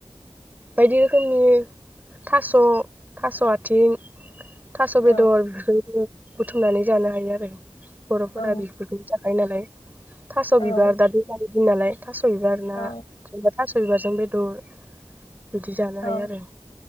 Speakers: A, on the right; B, on the left.
A: बायदि रोखोमनि थास' थास' आथिं थास'
B: औ
A: बेदर बेफोरनो बुथुमनानै जानो हायो आरो बर'फोरा
B: औ
A: बेखौ <unintelligible> थास'
B: औ
A: बिबार दा बिदि नालाय थास' बिबार ना
B: औ
A: थास' बिबारजों बेदर बिदि जानो
B: औ
A: हायो आरो